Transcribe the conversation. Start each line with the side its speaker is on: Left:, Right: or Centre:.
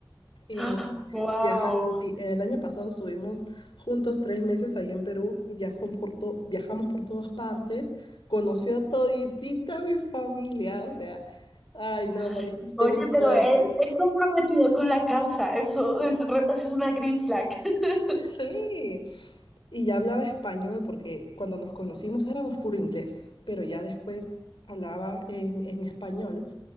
Left: Eh,
Centre: <gasps> Wow.
Left: viaja, sí, el año pasado estuvimos juntos tres meses ahí en Perú, viajó por to- viajamos por todas partes, conoció a toditita mi familia, o sea, ay
Centre: Ay,
Left: no, manifesté
Centre: Oye,
Left: muy fuerte.
Centre: pero él, él comprometido con la causa, eso es, re- eso es una green flag. <laughs>
Left: Sí, y ya hablaba español porque cuando nos conocimos éramos puro inglés, pero ya después hablaba en, en español